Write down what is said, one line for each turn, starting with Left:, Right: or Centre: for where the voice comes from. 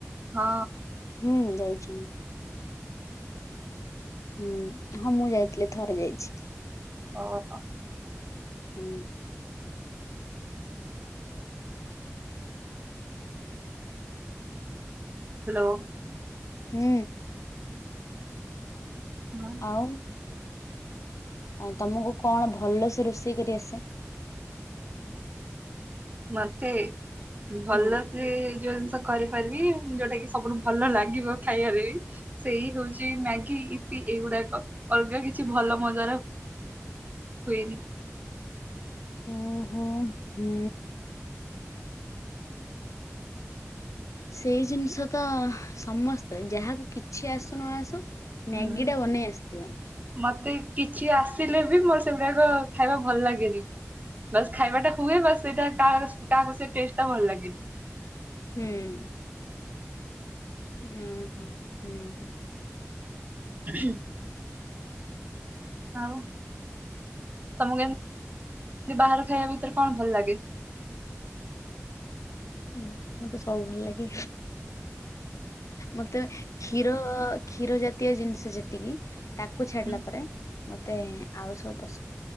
Right: ହଁ।
Left: ହୁଁ ଯାଇଚି। ହୁଁ ହଁ ମୁଁ ଯାଇଥିଲି ଥରେ ଯାଇଛି।
Right: ଓହୋ।
Left: ହୁଁ।
Right: ହ୍ୟାଲୋ।
Left: ହୁଁ।
Right: ହଁ
Left: ଆଉ ଆଉ ତମକୁ କଣ ଭଲସେ ରୋଷେଇ କରି ଆସେ?
Right: ମତେ ଭଲ
Left: ହୁଁ
Right: ସେ ଯୋଉ ଜିନିଷ କରିପାରିବି ଯୋଉଟା କି ସବୁଠୁ ଭଲ ଲାଗିବ ଖାଇବାରେ ବି ସେଇ ହଉଛି ମ୍ୟାଗି ଇିପି ଏଇଗୁଡାକ ଅଲଗା କିଛି ଭଲ ମଜାର ହୁଏନି।
Left: ଓ ହୋ ହୁଁ। ସେଇ ଜିନିଷ ତ ସମସ୍ତେ ଯାହାକୁ କିଛି ଆସୁ ନ ଆସୁ ମ୍ୟାଗିଟା
Right: ହୁଁ
Left: ବନେଇ ଆସିଥିବ।
Right: ମତେ କିଛି ଆସିଲେ ବି ମୋର ସେଗୁଡାକ ଖାଇବା ଭଲ ଲାଗେନି। ବାସ୍ ଖାଇବାଟା ହୁଏ ବାସ୍ ସେଇଟା କାହା କାହାକୁ ସେ ଟେଷ୍ଟଟା ଭଲ ଲାଗେନି।
Left: ହୁଁ ଓ ହୋ ହୁଁ ହଁ।
Right: ହୁଁ। ଆଉ ତମକୁ ବାହାର ଖାଇବା ଭିତରେ କଣ ଭଲ ଲାଗେ?
Left: ମତେ ମତେ ସବୁ ଭଲ ଲାଗେ ମତେ କ୍ଷୀ ଯୋ କ୍ଷୀର ଜାତୀୟ ଜିନିଷ ଯେତିକି ତାକୁ ଛାଡିଲା
Right: ହୁଁ,
Left: ପରେ ମତେ ଆଉ ସବୁ ପସନ୍ଦ